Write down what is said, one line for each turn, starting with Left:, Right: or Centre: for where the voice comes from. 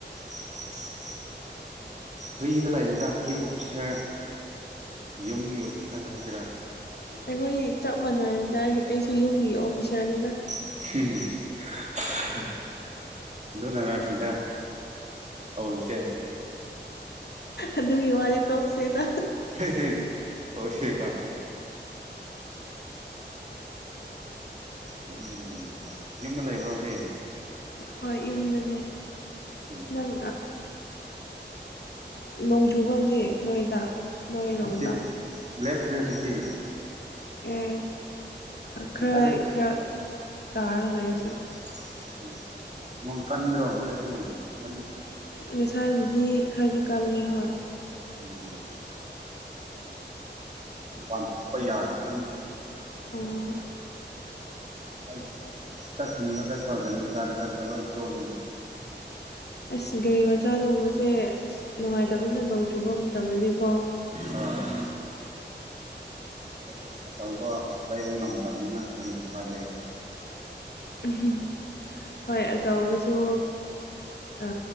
Right: <unintelligible> ꯐ꯭ꯔꯤꯗ ꯂꯩꯔꯦꯗ ꯐ꯭ꯔꯤ ꯑꯣꯐꯤꯁꯥꯔ ꯌꯨꯝꯒꯤ ꯑꯣꯐꯤꯁꯥꯔ ꯍꯥꯏꯁꯤꯔꯥ
Left: ꯑꯩꯈꯣꯏ ꯆꯞ ꯃꯥꯟꯅꯔ‌ꯦꯗ ꯑꯩ ꯑꯩꯖꯨ ꯌꯨꯝꯒꯤ ꯑꯣꯐꯤꯁꯥꯔꯅꯤꯗ
Right: <unintelligible> ꯑꯗꯨꯅꯔ ꯁꯤꯗ ꯇꯧꯔꯤꯁꯦ
Left: ꯑꯗꯨꯒꯤ ꯋꯥꯗꯤ ꯇꯣꯛꯁꯦꯗ
Right: ‌ꯍ‌ꯦꯍ‌ꯦ ꯑꯣꯁ‌ꯦ ꯀꯥꯏꯅ ꯎꯝ ꯌꯨꯝꯗ ꯂꯩꯕ꯭ꯔꯣ ꯍꯨꯖꯤ
Left: ꯍꯣꯏ ꯌꯨꯝꯗꯅꯦ
Right: ꯎꯝ
Left: ꯅꯪ ꯅꯣꯡ ꯆꯨꯕꯔꯥ ꯍꯧꯖꯤꯛ ꯅꯣꯏꯗ ꯅꯣꯏꯔꯣꯝꯗ
Right: <unintelligible> ꯂꯦꯞꯈ꯭ꯔꯦ ꯍꯧꯖꯤꯛꯇꯤ
Left: ꯑꯦ
Right: ꯑꯁ
Left: ꯈꯔ
Right: ꯉꯁꯥꯏꯗꯤ
Left: ꯈꯔ ꯇꯥꯔꯒ ꯂꯩ ꯍꯧꯖꯤꯛ
Right: <unintelligible> ꯅꯣꯡ ꯀꯟꯗ꯭ꯔꯣ ꯉꯁꯥꯏꯗꯤ ꯀꯟꯅ
Left: ꯉꯁꯥꯏꯕꯨꯗꯤ ꯈꯔꯗꯤ ꯀꯜꯂꯦ ꯍꯣꯏ
Right: ꯎꯝ ꯃꯄꯥꯟ ꯊꯣꯛꯄ ꯌꯥꯗꯗꯅ
Left: ꯎꯝ
Right: ꯑꯩ ꯆꯥꯛ ꯊꯤꯟꯕ ꯆꯠꯄ ꯒꯥꯔꯤ ꯃꯆꯥꯗ ꯆꯠꯄ ꯂꯣꯏ ꯆꯣꯠꯂ‌ꯦꯅ‌ꯦ
Left: ꯑꯁ ꯒꯥꯔꯤ ꯃꯆꯥꯗꯒꯨꯝꯕꯁꯦ ꯑꯁ ꯅꯨꯡꯉꯥꯏꯇꯕꯅꯤꯅ ꯅꯣꯡ ꯆꯨꯕ ꯃꯇꯝꯗꯗꯤꯀꯣ
Right: ꯑꯥ ꯒꯥꯔꯤ ꯑꯆꯧꯕ ꯂꯩꯕ ꯉꯝꯗꯕꯅꯤꯅ ꯀꯔꯤ ꯎꯄꯥꯏ ꯂꯩ
Left: <unintelligible> ꯍꯣꯏ ꯑꯆꯧꯕꯁꯨ ꯑ